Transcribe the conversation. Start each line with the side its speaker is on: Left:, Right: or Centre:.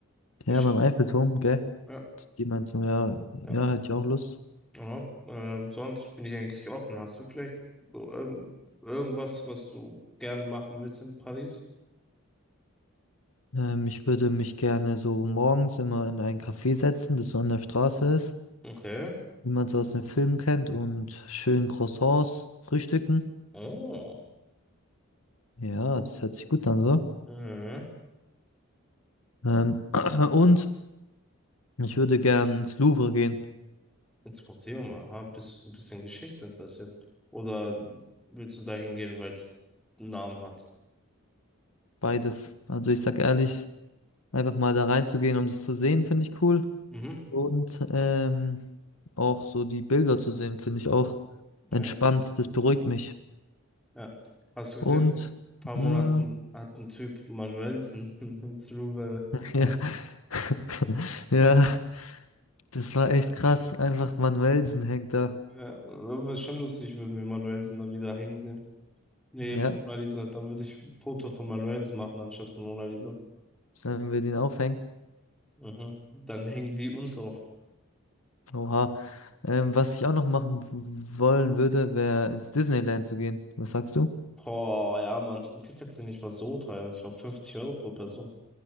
Centre: Ich,
Left: Ja, beim Eiffelturm, gell?
Centre: ja,
Left: Die meinst du, ja, ja,
Centre: ja,
Left: hätte ich auch Lust.
Centre: ja. Ähm, sonst bin ich eigentlich offen. Hast du vielleicht so irgend, irgendwas, was du gern machen willst in Paris?
Left: Ähm, ich würde mich gerne so morgens immer in ein Café setzen, das so an der Straße ist,
Centre: Okay.
Left: wie man so aus den Filmen kennt, und schön Croissants frühstücken.
Centre: Oh.
Left: Ja, das hört sich gut an, oder?
Centre: Mhm.
Left: Ähm, <clears throat> und ich würde gern ins Louvre gehen.
Centre: Ins Museum, aha, bist du so ein bisschen geschichtsinteressiert? Oder willst du da hingehen, weil es einen Namen hat?
Left: Beides. Also ich sag ehrlich, einfach mal da reinzugehen, um das zu sehen, finde ich cool.
Centre: Mhm.
Left: Und ähm, auch so die Bilder zu sehen, finde ich auch
Centre: Ja,
Left: entspannt. Das beruhigt mich.
Centre: ja. Hast du gesehen,
Left: Und
Centre: vor ein paar
Left: Mhm.
Centre: Monaten hat ein Typ Manuelsen <laughs> ins Louvre gemacht.
Left: ja, <laughs> ja, <laughs> ja. Das war echt krass. Einfach Manuelsen hängt da.
Centre: Ja, wäre schon lustig, würden wir Manuelsen da wieder hängen sehen. Neben
Left: Ja,
Centre: Mona Lisa, dann würde ich ein Foto von Manuelsen machen, anstatt von Mona Lisa.
Left: sollen wir den aufhängen?
Centre: Mhm. Dann hängen die uns auf.
Left: Oha. Ähm, was ich auch noch machen w- wollen würde, wäre ins Disneyland zu gehen. Was sagst du?
Centre: Boah, ja, Mann, die Tickets sind nicht mal so teuer. Ich glaube, 50 Euro pro Person.